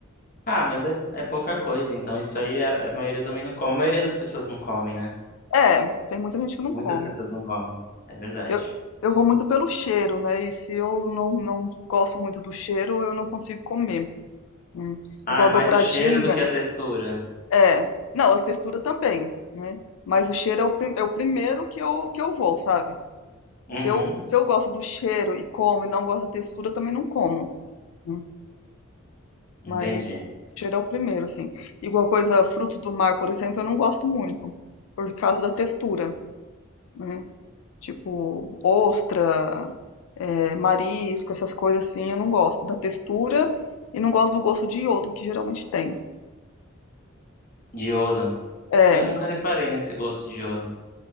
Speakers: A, on the left (about 40°); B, on the left (about 70°).
A: Ah, mas é, é pouca coisa, então isso aí a, a maioria também não come. A maioria das pessoas não comem, né?
B: É, tem muita gente que não
A: Muitas
B: come.
A: pessoas não comem. É verdade.
B: Eu, eu vou muito pelo cheiro, né? E se eu não, não gosto muito do cheiro, eu não consigo comer. né?
A: Ah,
B: Igual
A: é mais
B: dobradinha,
A: o cheiro do que a textura.
B: É, não, a textura também, né? Mas o cheiro é o, prim- é o primeiro que eu, que eu vou, sabe?
A: Uhum,
B: Se eu, se eu gosto do cheiro e como e não gosto da textura, eu também não como. né?
A: entendi.
B: Mas o cheiro é o primeiro, assim. Igual coisa, frutos do mar, por exemplo, eu não gosto muito, por causa da textura, né? Tipo, ostra, é, marisco, essas coisas assim, eu não gosto da textura e não gosto do gosto de iodo que geralmente tem.
A: Diodo.
B: É,
A: Eu nunca reparei nesse gosto de iodo.